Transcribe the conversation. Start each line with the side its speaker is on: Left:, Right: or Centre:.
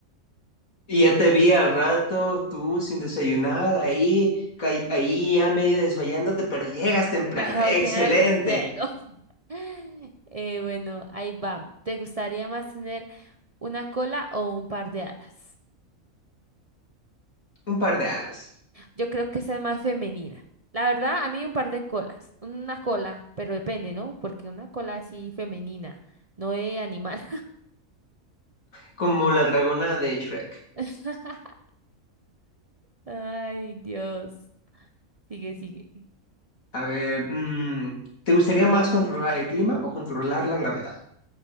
Left: Y ya te vi al rato, tú sin desayunar, ahí, ca- ahí ya medio desvayándote, pero llegas temprano.
Right: Pero
Left: Excelente.
Right: llego, llego. <laughs> Eh, bueno, ahí va. ¿Te gustaría más tener una cola o un par de alas?
Left: Un par de alas,
Right: Yo creo que esa es más femenina. La verdad, a mí un par de colas. Una cola, pero depende, ¿no? Porque una cola así femenina, no de animal.
Left: como la dragona de Shrek.
Right: <laughs> Ay, Dios. Sigue, sigue.
Left: A ver, mm, ¿te gustaría más controlar el clima o controlar la gravedad?